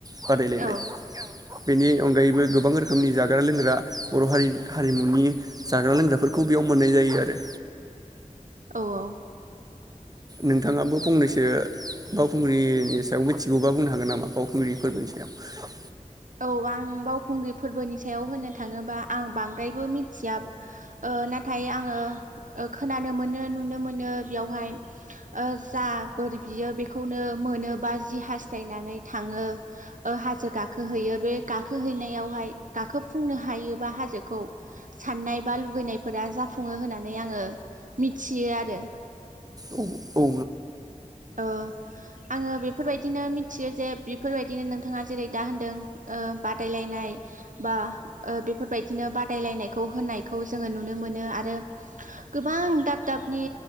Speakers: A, on the right; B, on the right.
A: बादायलायनाय
B: औ
A: बेनि अनगायैबो गोबां रोखोमनि जाग्रा लोंग्रा बर' हारि हारिमुनि जाग्रा लोंग्राफोरखौ बेयाव मोननाय जायो आरो।
B: औ औ।
A: नोंथाङाबो फंनैसो बावखुंग्रिनि सायाव मिथिगौबा बुंनो हागोन नामा बावखुंग्रि फोरबोनि सायाव।
B: औ आं बावखुंग्रि फोरबोनि सायाव होननो थाङोबा आं बांद्रायबो मिथिया ओ नाथाय आङो खोनानो मोनो नुनो मोनो बेयावहाय जा बोर बियो बेखौनो मोनो बा जि हास्थायनानै थाङो हाजो गाख खोहैयो बे गाखोहैनायावहाय गाखोफुंनो हायोबा हाजोखौ साननाय बा लुगैनायफोरा जाफुङो होननानै आङो मिथियो आरो।
A: औ औ
B: ओ आङो बेफोरबायदिनो मिथियो जे बेफोरबायदिनो नोंथाङा जेरै दा होनदों ओ बादायलायनाय बा ओ बेफोरबायदिनो बादायलायनायखौ होनायखौ जोङो नुनो मोनो आरो गोबां दाब दाबनि